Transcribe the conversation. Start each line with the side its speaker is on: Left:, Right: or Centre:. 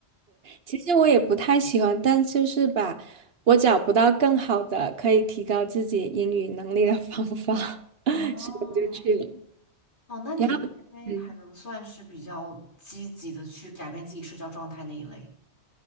Right: 其实我也不太喜欢，但就是吧，我找不到更好的可以提高自己英语能力的方法，
Left: <laughs>
Right: <laughs> 我就去了。
Left: 哦，哦，那你应该还能算是比较积极的去改变自己社交状态那一类。
Right: 然后，嗯